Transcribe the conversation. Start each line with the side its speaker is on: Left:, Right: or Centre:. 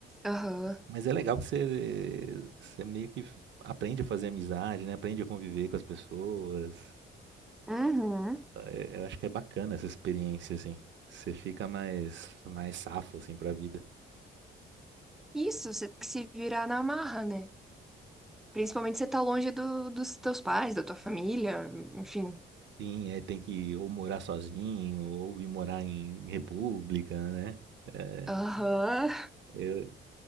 Centre: aham.
Right: Mas é legal que você, você meio que aprende a fazer amizade, né? Aprende a conviver com as pessoas.
Centre: Uhum.
Right: É- Eu acho que é bacana essa experiência, assim. Você fica mais, mais safo, assim, pra vida.
Centre: Isso, você tem que se virar na marra, né? Principalmente se você tá longe do- dos teus pais, da tua família, enfim.
Right: Sim, é, tem que ou morar sozinho, ou ir morar em república, né? É,
Centre: Aham.
Right: eu,